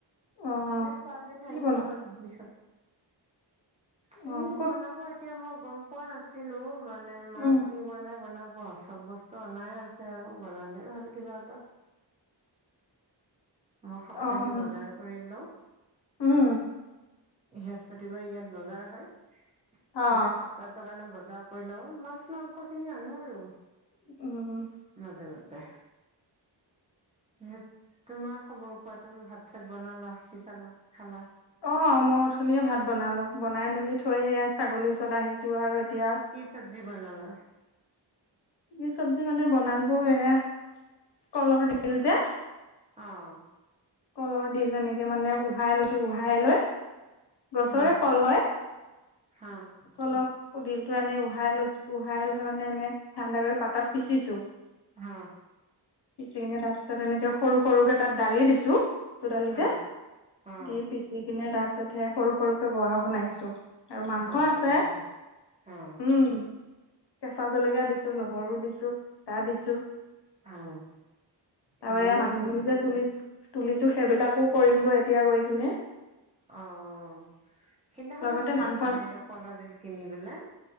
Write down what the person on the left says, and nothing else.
অ
কি
বনা
অ ক'ত
উম
অ উম
উম,
অ
<inaudible>
অ', মই অথনিয়ে ভাত বনালো, বনাই মেলি থৈ হেয়া ছাগলীৰ ওচৰত আহিছো আৰু এতিয়া
কি চব্জি মানে বনালো, এয়া কলৰ দিল যে।
কলৰ দিল, এনেকে মানে উহাই লৈছোঁ, উহাই লৈ গছৰে
কল হ'য়।
কলৰ দিলটো আনি উহাই লৈছোঁ, উহাই লৈ মানে এনে ঠাণ্ডা কৰি পাতত পিচিছোঁ।
পিচি কিনে তাৰপিছত এনেকে সৰু সৰুকে তাত দালি দিছো, মচোৰ দালি যে
দি পিচি কিনে, তাৰপিছতহে সৰু সৰুকে বৰা বনাইছোঁ। আৰু মাংস
আছে,
উম। কেঁচা জলকীয়া দিছো, নহৰু দিছো, আদা দিছো।
আৰু
এয়া মানিমুনি যে তুলিছ, তুলিছো সেইবিলাকো কৰিম গৈ এতিয়া গৈ কিনে।
লগতে
মাংস
আছে।